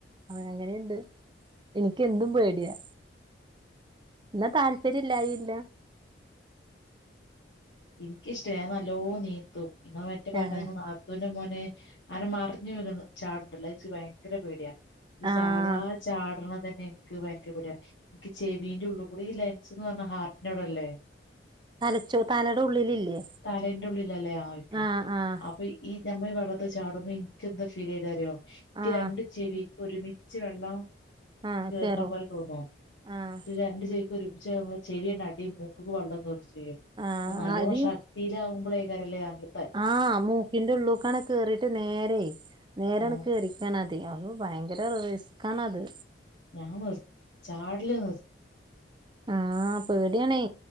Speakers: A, on the right; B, on the left.
A: അന അങ്ങനിണ്ട് എനിക്ക് എന്തും പേടിയാ എന്നാ താല്പര്യ ഇല്ലായില്ല
B: ഇൻക്കിഷ്ട ഞാ നല്ലോ നീന്തും ഇങ്ങെ മറ്റേ പറഞ്ഞത്
A: ആഹ്
B: ഞങ്ങള് നാളെ നത്തൂൻ്റെ മോനെ ആനെ മറിഞ്ഞു വ ചാടുണ്ടല്ലോ അത് ഇച്ച് ഭയങ്കര പേടിയ ഈ
A: ആഹ്
B: സാദാ ചാടണ തന്നെ എനിക്ക് ഭയങ്കരപേടി ഇക്ക് ചെവീന്റെ ഉള്ള്കൂടെ ഈ ലെൻസ്ന്ന് പർഞ്ഞാ ഹാർട്ടിന്റെവടല്ലേ
A: തലച്ചോ തലെടെ ഉള്ളിലില്ലേ
B: തലേന്റുള്ളിലല്ലേ ആ ഓക്കെ
A: ആഹ് ആഹ്
B: അപ്പൊ ഇ ഈ നഞമ്മ വെള്ളത്ത ചാടുമ്പ്പോ എനിക്ക് എന്താ ഫീൽതറയോ എനിക്ക്
A: ആഹ്
B: രണ്ടു ചെവി ഒരുമിച്ച് വെള്ളം
A: ആഹ്
B: കേർണപോലെ
A: കേറും
B: തോന്നും
A: ആഹ്
B: രണ്ട് ചെവിക്കൊരു ചേർന്ന് ചെവിണ്ട്അടിം മൂക്ക്ക്ക് വള്ളംകേറും ചെയ്യും
A: ആഹ്
B: അ നല്ലോ
A: ആദ്യ
B: ശക്തിയിലാവുമ്പളേയ്കാരലെ അങ്ങട്
A: ആഹ് മൂക്കിന്റെ ഉള്ളൂക്കാണ് കേറീട്ട് നേരെ നേരാണ്
B: ആഹ്
A: കേറി ചേനെ അധിക്കോ അഹ് ഭയങ്കര റിസ്ക്കാണ് അത്
B: ഞാൻ നിർ ചാടില നിർ
A: ആഹ് പേടീയാണേ